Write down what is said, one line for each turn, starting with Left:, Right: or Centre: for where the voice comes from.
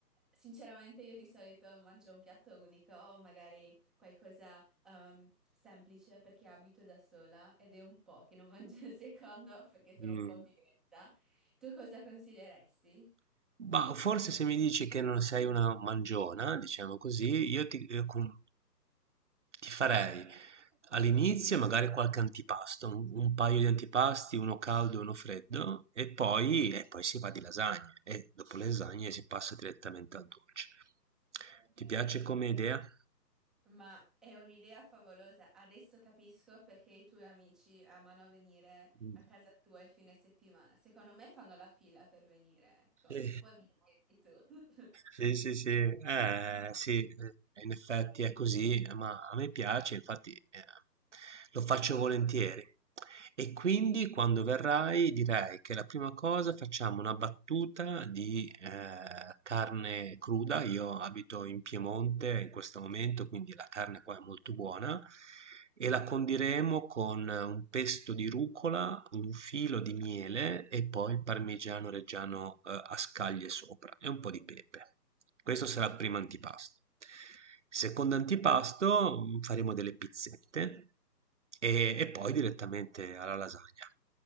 Centre: sinceramente io di solito mangio un piatto unico o magari qualcosa ehm, semplice perché abito da sola ed è un po' che non mangio il secondo <laughs> perché sono
Right: Mm.
Centre: un po' pigretta. Tu cosa consiglieresti?
Right: Ma forse se mi dici che non sei una mangiona, diciamo così, io ti, eh, com- ti farei all'inizio magari qualche antipasto, un, un paio di antipasti, uno caldo e uno freddo, e poi, e poi si va di lasagne, e dopo le lasagne si passa direttamente al dolce. Ti piace come idea?
Centre: Ma è un'idea favolosa. Adesso capisco perché i tuoi amici amano venire
Right: Mm.
Centre: a casa tua il fine settimana. Secondo me fanno la fila per venire, ecco.
Right: Sì.
Centre: Poi mi dai tu. <laughs>
Right: Sì, sì, sì, eh, sì, eh, in effetti è così, eh, ma a me piace, infatti eh, lo faccio volentieri. E quindi quando verrai direi che la prima cosa facciamo una battuta di eh, carne cruda, io abito in Piemonte in questo momento, quindi la carne qua è molto buona, e la condiremo con un pesto di rucola, un filo di miele e poi il parmigiano reggiano, ehm, a scaglie sopra e un po' di pepe. Questo sarà il primo antipasto. Secondo antipasto, mhmm, faremo delle pizzette e e poi direttamente alla lasagna.